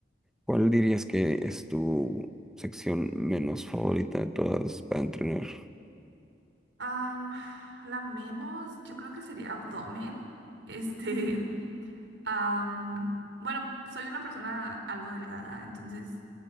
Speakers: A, in the centre; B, on the right.
A: ¿Cuál dirías que es tu sección menos favorita de todas para entrenar?
B: Am, la menos, yo creo que sería abdomen. Este, <laughs> am, bueno, soy una persona algo delgada, entonces